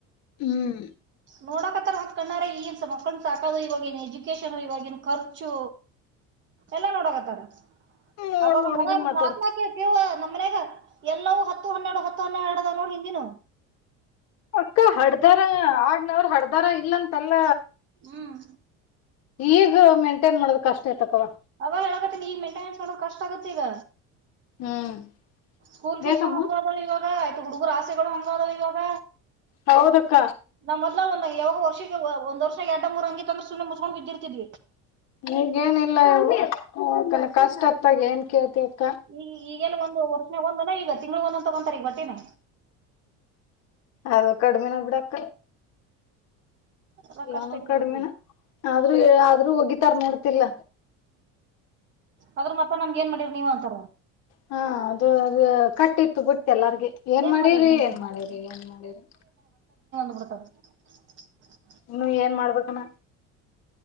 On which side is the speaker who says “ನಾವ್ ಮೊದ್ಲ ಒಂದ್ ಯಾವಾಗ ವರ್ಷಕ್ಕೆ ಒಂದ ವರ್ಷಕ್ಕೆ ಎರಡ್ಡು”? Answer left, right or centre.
Right